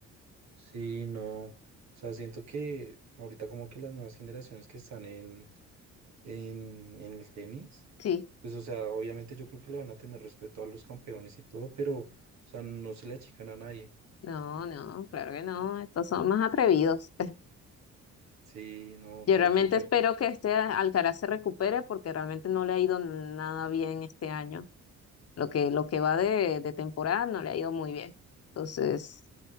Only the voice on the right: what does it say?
Sí, no. O sea, siento que ahorita como que las nuevas generaciones que están en, en, en el tenis,
pues o sea, obviamente yo creo que le van a tener respeto a los campeones y todo, pero o sea, no se le achican a nadie.
Sí, no,
pero
súper.